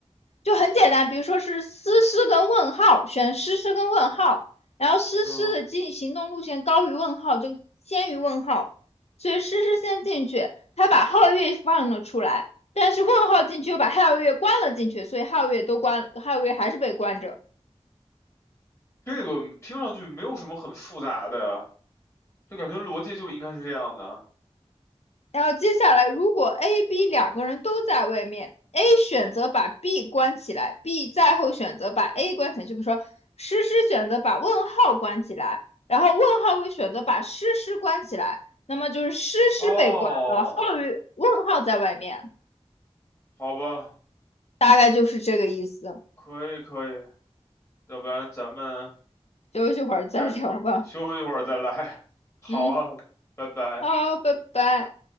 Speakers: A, on the left; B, on the left.
A: 就很简单，比如说是诗诗跟问号，选诗诗跟问号，然后诗诗的进行动路线高于问号，
B: 嗯哼，
A: 就先于问号，所以诗诗先进去，他把皓月放了出来，但是问号进去又把皓月关了进去，所以皓月都关，皓月还是被关着。
B: 这个听上去没有什么很复杂的呀，就感觉逻辑就应该是这样的，
A: 然后接下来，如果 A、B 两个人都在外面，A 选择把 B 关起来，B 再后选择把 A 关起来，就比如说诗诗选择把问号关起来，然后问号会选择把诗诗关起来，那么就是诗诗被关了，
B: 哦，
A: 后问号在外面，
B: 好吧，
A: 大概就是这个意思。
B: 可以可以，要不然咱们
A: 休息会儿再聊吧。
B: 改，休息一会儿再来，好啊，
A: 嗯，
B: 拜拜。
A: 好，拜拜。